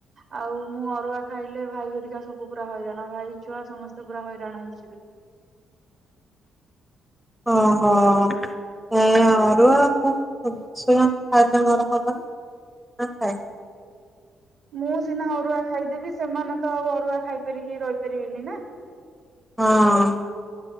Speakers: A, on the right; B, in the centre.
A: ହଁ ଆଉ ମୁଁ ଅରୁଆ ଖାଇଲେ ଭାଇ ହେରିକା ସବୁ ପୁରା ହଇରାଣ ଭାଇ ଛୁଆ ସମସ୍ତେ ପୁରା ହଇରାଣ ହେଇଯିବେ।
B: ଓ ହ। ହଁ ଅରୁଆ ଉଷୁନା ଖାଇଲେ କଣ ହବ? <unintelligible>
A: ମୁଁ ସିନା ଅରୁଆ ଖାଇଦେବି ସେମାନେ ତ ଆଉ ଅରୁଆ ଖାଇପାରିକି ରହିପାରିବିନି ନା।
B: ହଁ।